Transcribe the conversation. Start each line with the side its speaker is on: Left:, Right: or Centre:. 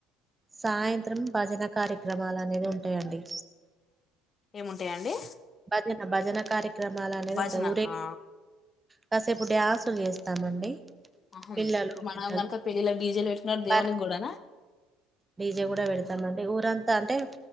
Right: సాయంత్రం భజన కార్యక్రమాలు అనేది ఉంటాయండి
Left: ఏముంటాయండి
Right: భజన భజన కార్యక్రమాలు అనేది
Left: భజన
Right: ఉంటాయి ఊరే
Left: ఆ
Right: కాసేపు డ్యాసులు చేస్తామండి
Left: అహను
Right: పిల్లలు
Left: ఇప్పుడు మనం
Right: పెద్దలు
Left: కనుక పెళ్ళిలా డీజిల్ పెట్టినన్నాడు
Right: బార
Left: దేవునికి కూడానా
Right: డీజే కూడా పెడతామండి ఊరంతా అంటే